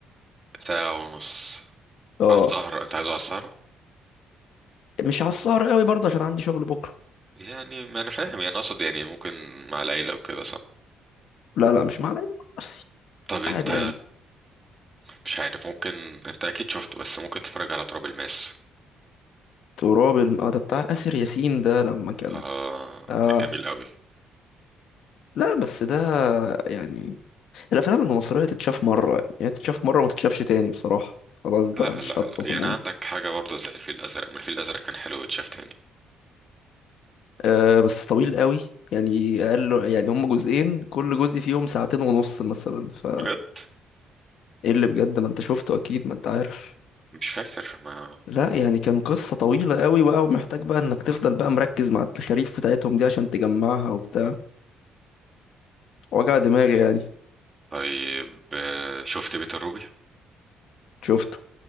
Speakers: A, on the right; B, on the left.
A: ساعة ونص
B: اه
A: على السهرة انت عايزه على السهرة؟
B: مش على السهر قوي برضه عشان عندي شغل بكره
A: يعني ما انا فاهم يعني اقصد يعني ممكن مع العيلة وكده صح؟
B: لا لا مش مع العيلة، مع نفسي
A: طب انت
B: عادي يعني
A: مش عارف ممكن انت اكيد شفته بس ممكن تتفرج على تراب الماس
B: تراب الم... اه ده بتاع آسر ياسين ده لما كان
A: اه
B: اه
A: كان جميل قوي
B: لا بس ده يعني الافلام المصريه تتشاف مره يعني تتشاف مره ما تتشافش تاني بصراحه خلاص بقى
A: لا
B: مش
A: لا
B: هتصاحبون
A: لا يعني عندك حاجة برضه زي الفيل الأزرق ما الفيل الأزرق كان حلو واتشاف تاني
B: أه بس طويل قوي يعني اقل يعني هم جزئين كل جزء فيهم ساعتين ونص مثلا ف
A: بجد؟
B: ايه اللي بجد ما انت شفته اكيد ما انت عارف
A: مش فاكر ما
B: لا يعني كان قصه طويله قوي بقى ومحتاج بقى انك تفضل بقى مركز مع التخاريف بتاعتهم دي عشان تجمعها وبتاع وجع دماغي يعني
A: طيب آه، شفت بيت الروبي؟
B: شفته